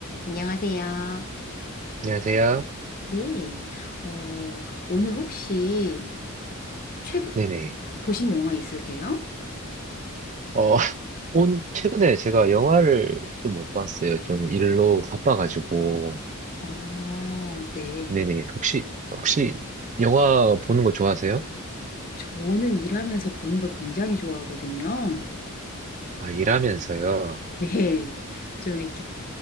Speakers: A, on the left; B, on the right.
A: 안녕하세요.
B: 안녕하세요.
A: 네. 어, 오늘 혹시 최
B: 네네.
A: 보신 영화 있으세요?
B: 어, <laughs> 온, 최근에 제가 영화를 좀 못 봤어요. 좀 일로 바빠가지고.
A: 아, 네.
B: 네네. 혹시, 혹시 영화 보는 거 좋아하세요?
A: 저는 일하면서 보는 걸 굉장히 좋아하거든요.
B: 아, 일하면서요.
A: 네. 좀 이렇게